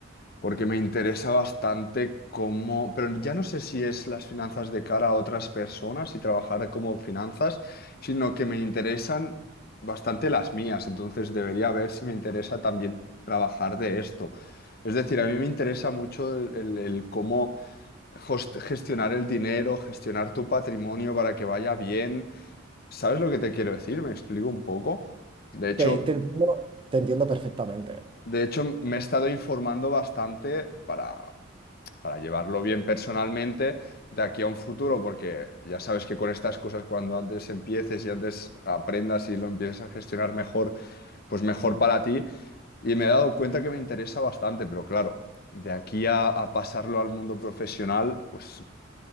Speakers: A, on the left; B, on the right.
A: porque me interesa bastante cómo, pero ya no sé si es las finanzas de cara a otras personas y trabajar como finanzas, sino que me interesan bastante las mías, entonces debería ver si me interesa también trabajar de esto. Es decir, a mí me interesa mucho el, el- el cómo host- gestionar el dinero, gestionar tu patrimonio para que vaya bien ¿Sabes lo que te quiero decir? Me explico un poco. De hecho,
B: Te, te entiendo, te entiendo perfectamente
A: de hecho me he estado informando bastante para, para llevarlo bien personalmente de aquí a un futuro, porque ya sabes que con estas cosas, cuando antes empieces y antes aprendas y lo empieces a gestionar mejor, pues mejor para ti. Y me he dado cuenta que me interesa bastante, pero claro, de aquí a, a pasarlo al mundo profesional, pues